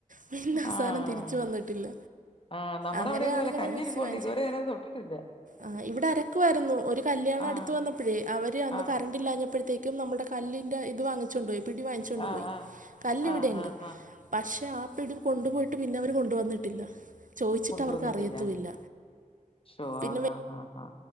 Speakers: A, on the right (about 70°); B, on the left (about 40°).
A: പിന്നെ പ്പം
B: ആഹ്
A: അങ്ങനെ തിരിച്ചു വന്നിട്ടില്ല
B: ആഹ് നമ്മുടെ
A: അങ്ങനെയാണ്
B: അവിടെ ഇത് പോലെ
A: ഞങ്ങൾ
B: കല്ലിരിപ്പുണ്ട്
A: മിക്സി വാങ്ങിച്ചേ
B: ഇതുവരെ അതിനെ തൊട്ടിട്ടില്ല
A: ആ ഇവിടെ അരക്കു വായിരുന്നു ഒരു കല്യാണം
B: ആഹ്
A: അടുത്ത് വന്നപ്പോഴേ അവര് അന്ന്
B: ആഹ്
A: കറണ്ട്ല്ലാഞ്ഞപ്പോഴ ത്തേക്കും നമ്മുടെ കല്ലിന്റെ ഇത് വാങ്ങിച്ചൊണ്ട് പോയി പിടി വാങ്ങിച്ചോണ്ട്
B: ആഹ്
A: പോയി
B: ആഹ്
A: കല്ല്
B: ആഹ്
A: ഇവിടെണ്ട്
B: ആഹ് ആഹ്
A: പക്ഷെ ആ പിടി കൊണ്ടുപോയിട്ട് പിന്നെവര് കൊണ്ടുവന്നിട്ടില്ല ചോദിച്ചിട്ട്
B: കൊണ്ട്
A: അവർക്ക്
B: വന്നിട്ടില്ല
A: അറിയത്തുമില്ല
B: ഷോ
A: പിന്നെ
B: ആ ആ ആ